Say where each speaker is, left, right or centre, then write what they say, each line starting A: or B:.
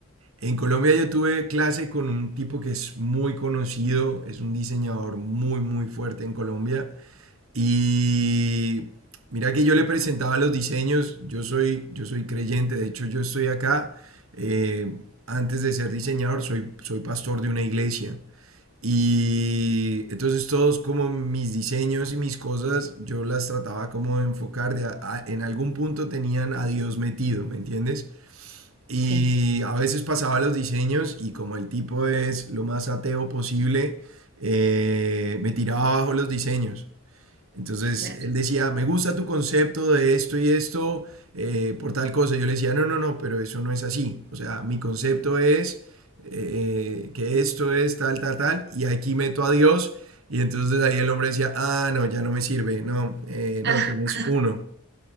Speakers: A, on the right; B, on the right.
A: en Colombia yo tuve clase con un tipo que es muy conocido, es un diseñador muy, muy fuerte en Colombia Y mira que yo le presentaba los diseños, yo soy, yo soy creyente, de hecho yo estoy acá, eh, antes de ser diseñador soy, soy pastor de una iglesia. Y entonces todos como mis diseños y mis cosas, yo las trataba como de enfocar, de a- a- en algún punto tenían a Dios metido, ¿me entiendes? Y
B: Sí,
A: a veces pasaba los diseños y como el tipo es lo más ateo posible, eh, me tiraba abajo los diseños. Entonces
B: claro.
A: él decía, me gusta tu concepto de esto y esto eh, por tal cosa. Yo le decía, no, no, no, pero eso no es así. O sea, mi concepto es eh, que esto es tal, tal, tal, y aquí meto a Dios. Y entonces ahí el hombre decía, ah, no, ya no me sirve, no, eh,
B: <laughs>
A: no, tenés uno.